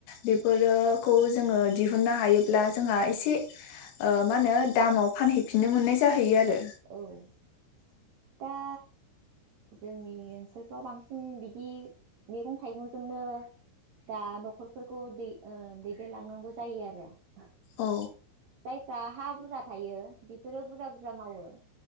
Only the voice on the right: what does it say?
औ । दा जोंनि ओनसोलफ्राव बांसिन बिदि मैगं थाइगंजोंनो दा न'खरफोरखौ दै ओ दैदेनलांनांगौ जायो आरो ।
जायफ्रा हा बुरजा थायो बेफोरो बुरजा बुरजा मावो ।